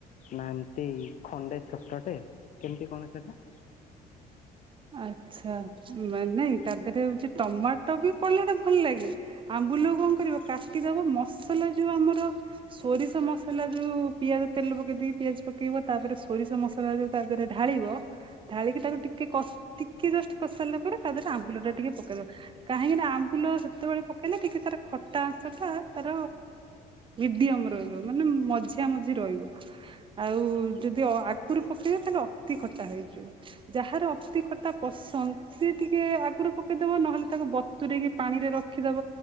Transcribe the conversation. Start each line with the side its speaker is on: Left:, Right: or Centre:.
Left: ନା, ଏମତି ଖଣ୍ଡେ ଛୋଟଟେ, କେମିତି କଣ ସେଟା?
Right: ଆଛା ମାନେ ତା ପରେ ହଉଛି ଟମାଟୋ ବି ପଡିଲେ ଭଲ ଲାଗେ ଆ ବୁଲ କଣ କରିବ କାଟିଦବା ମସଲା ଯୋଉ ଆମର ସୋରିଷ ମସଲା ଯୋଉ ପିଆଜଟେ ତେଲ ପକେଇ ଦେଇକି ପିଆଜ ପକେଇବ ତାପରେ ସୋରିଷ ମସଲା ଯୋଉ ତାରେ ଢାଳିବ ଢାଳିକି ତାକୁ ଟିକେ କ ଟିକେ ଜଷ୍ଟ କଷାରିଲା ପରେ ତା ଦେହରେ ଆମ୍ବୁଳ ଟା ଟିକେ ପକେଇ ଦେବ କାହିଁକି ନା ଆମ୍ବୁଲ ସେତେବେଳେ ପକେଇଲେ ଟିକେ ତାର ଖଟା ଅଂଶ ଟା ତାର ମିଡିୟମ ରହିବ ମାନେ ମଝିଆ ମଝି ରହିବ ଆଉ ଯଦି ଆଗରୁ ପକେଇବା ତାହେଲେ ଅତି ଖଟା ହେଇଯିବ ଯାହାର ଅତି ଖଟା ପସନ୍ଦ ସେ ଟିକେ ଆଗରୁ ପକେଇଦବ ନହେଲେ ତାକୁ ବତୁରେଇକି ପାଣି ରେ ରଖିଦବ।